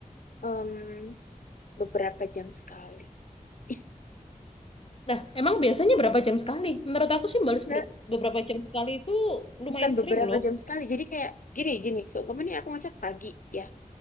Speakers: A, on the left; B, on the left.
A: em, beberapa jam sekali <laughs>
B: Nah, emang biasanya berapa jam sekali? Menurut aku sih balas
A: enggak
B: ber- beberapa jam sekali itu lumayan
A: bukan beberapa
B: sering loh.
A: jam sekali jadi kayak gini gini seumpama nih aku ngechat pagi ya